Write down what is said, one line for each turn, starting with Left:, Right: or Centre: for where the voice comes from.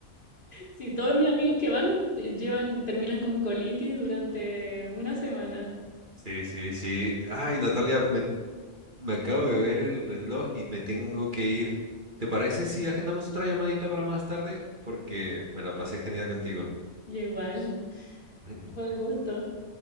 Left: Sí, todos mis amigos que van eh, llevan, terminan con colitis durante una semana.
Right: Sí, sí, sí. Ay, Natalia, me, me acabo de ver el reloj y me tengo que ir. ¿Te parece si agendamos otra llamadita para más tarde? Porque me la pasé genial contigo.
Left: Y igual, <laughs>
Right: <laughs>
Left: buen gusto.